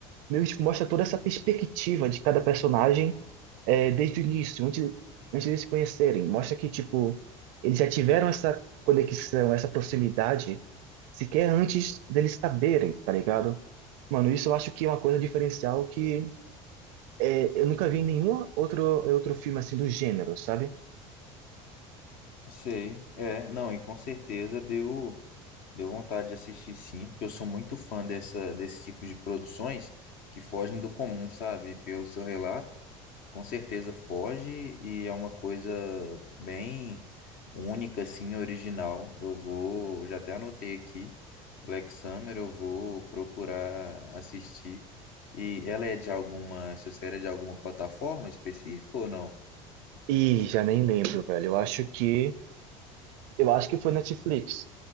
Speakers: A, on the right; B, on the left.
A: Meio que mostra toda essa perspectiva de cada personagem é, desde o início, antes, antes de se conhecerem. Mostra que, tipo, eles já tiveram essa conexão, essa proximidade, sequer antes deles saberem, tá ligado? Mano, isso eu acho que é uma coisa diferencial que é, eu nunca vi em nenhum outro, outro filme assim do gênero, sabe?
B: Sei, é, não, e com certeza deu. Deu vontade de assistir sim, porque eu sou muito fã dessa, desse tipo de produções que fogem do comum, sabe? Pelo seu relato, com certeza foge e é uma coisa bem única, assim, original. Eu vou, já até anotei aqui, Black Summer, eu vou procurar assistir. E ela é de alguma, essa série é de alguma plataforma específica ou não?
A: E já nem lembro, velho. Eu acho que eu acho que foi Netflix.